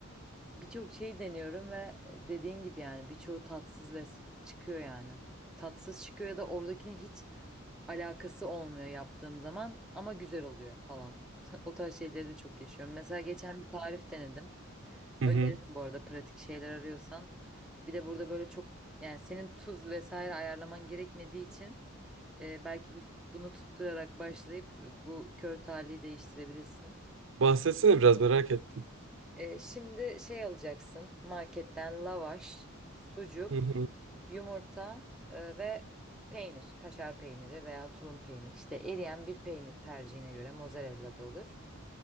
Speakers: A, in the centre; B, on the right.
A: Birçok şey deniyorum ve dediğin gibi yani birçoğu tatsız ve s- çıkıyor yani. Tatsız çıkıyor ya da oradakine hiç alakası olmuyor yaptığım zaman ama güzel oluyor falan. <laughs> O tarz şeyleri de çok yaşıyorum. Mesela geçen bir tarif denedim.
B: <laughs>
A: Öneririm bu arada pratik şeyler arıyorsan. Bir de burada böyle çok yani senin tuz vesaire ayarlaman gerekmediği için e, belki bu bunu tutturarak başlayıp e, bu kör talihi değiştirebilirsin.
B: Bahsetsene biraz merak ettim.
A: E, şimdi şey alacaksın marketten lavaş, sucuk,
B: Hı hı.
A: yumurta e, ve peynir, kaşar peyniri veya tulum peyniri. İşte eriyen bir peynir tercihine göre mozzarella da olur.